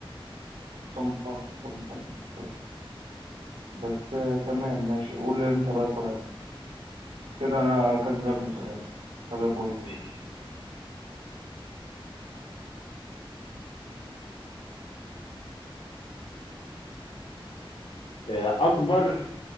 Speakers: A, on the right; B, on the left.
A: 1918 بس آه، تمام ماشي قول انت بقى سؤال كده انا كسبك بسؤال فرق بوينت
B: ماشي آه أكبر